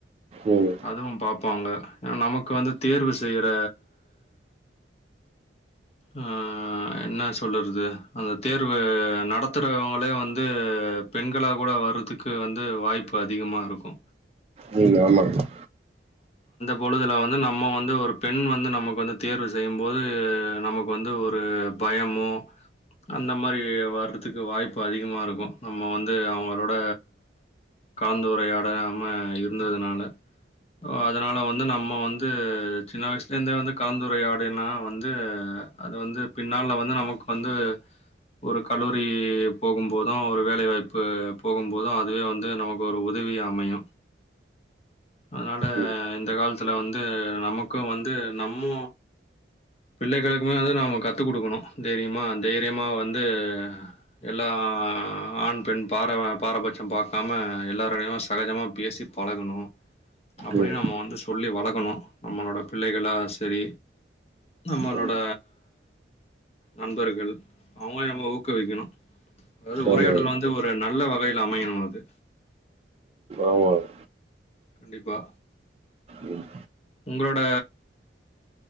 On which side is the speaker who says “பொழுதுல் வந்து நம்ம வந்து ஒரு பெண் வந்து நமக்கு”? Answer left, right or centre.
Left